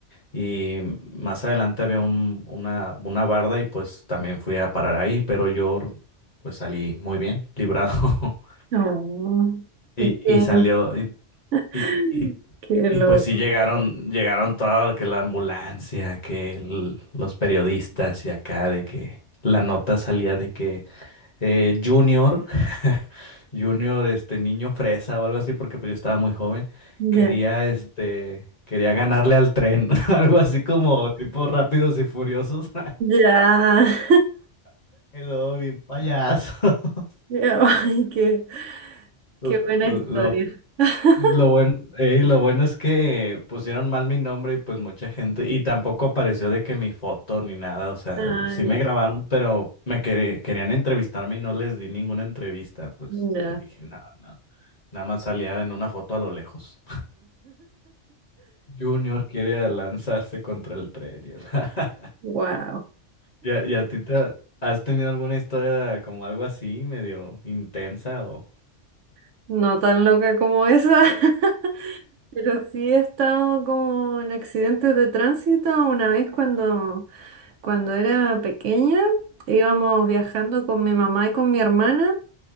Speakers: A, on the left (about 35°); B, on the right (about 80°).
A: y más adelante había un, una, una barda y pues también fui a parar ahí, pero yo pues salí muy bien, librado. <laughs>
B: no,
A: Y,
B: ¿y que,
A: y salió, y,
B: <laughs>
A: y, y,
B: qué
A: y,
B: loco.
A: pues sí llegaron, llegaron todo, que la ambulancia, que el- los periodistas y acá de que la nota salía de que eh, Junior Junior, este niño fresa o algo así, porque pues yo estaba muy joven,
B: Ya,
A: quería este, quería ganarle al tren, <laughs> algo así como tipo Rápidos y Furiosos,
B: ya, <laughs>
A: <laughs> y luego bien payaso. <laughs>
B: Ya, ay, qué,
A: Lo,
B: qué buena historia.
A: lo,
B: <laughs>
A: lo bueno, ey, lo bueno es que pusieron mal mi nombre y pues mucha gente, y tampoco apareció de que mi foto ni nada, o sea,
B: Ah,
A: sí
B: ya,
A: me grabaron, pero me quer- querían entrevistarme y no les di ninguna entrevista, pues
B: ya.
A: les dije nada, nada, nada más salía en una foto a lo lejos. Junior quiere lanzarse contra el tren. Y, <laughs>
B: Wow,
A: ¿Y a, y a ti te has tenido alguna historia como algo así, medio intensa o?
B: <laughs> no tan loca como esa, <laughs> pero sí he estado como en accidentes de tránsito una vez cuando, cuando era pequeña, íbamos viajando con mi mamá y con mi hermana